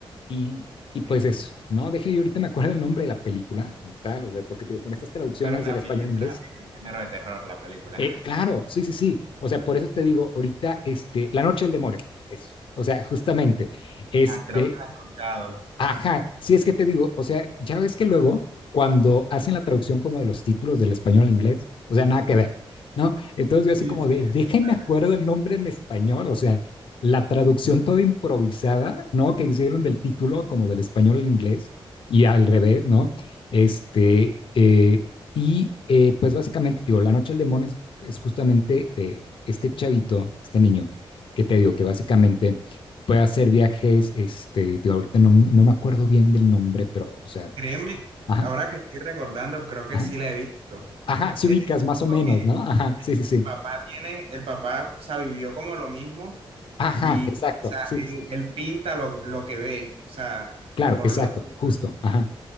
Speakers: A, on the left; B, on the right.
A: Y, y
B: Sí,
A: pues
B: sí.
A: eso, ¿no? Deje, yo ahorita me acuerdo el nombre de la película como tal, o sea, porque digo, con estas traducciones
B: Pero también
A: del español
B: entra
A: al inglés,
B: en el género de terror la película.
A: eh, claro,
B: <laughs>
A: sí, sí, sí, o sea, por eso te digo, ahorita, este, La Noche del Demonio, eso, o sea, justamente, este,
B: Ah, creo que la he escuchado.
A: Ajá, si es que te digo, o sea, ya ves que luego cuando hacen la traducción como de los títulos del español al inglés, o sea, nada que ver, ¿no? Entonces yo
B: Sí,
A: así como
B: sí,
A: de, déjenme
B: exactamente.
A: acuerdo el nombre en español, o sea, la traducción toda improvisada, ¿no? Que hicieron del título como del español al inglés y al revés, ¿no? Este, eh, y eh, pues básicamente, digo, La Noche del Demonio es, es justamente de este chavito, este niño, que te digo que básicamente puede hacer viajes, este, digo, ahorita no, no me acuerdo bien del nombre, pero, o sea,
B: Créeme,
A: ajá,
B: ahora que estoy recordando, creo que
A: ajá,
B: sí la he visto.
A: ajá, se
B: Es
A: ubicas
B: un
A: más
B: chico
A: o menos,
B: que
A: ¿no? Ajá,
B: el,
A: sí, sí,
B: el
A: sí,
B: papá tiene, el papá, o sea, vivió como lo mismo
A: ajá,
B: y,
A: exacto,
B: o sea,
A: sí,
B: él,
A: sí, sí,
B: él pinta lo, lo que ve, o sea,
A: claro,
B: lo,
A: exacto,
B: lo dibuja
A: justo, ajá,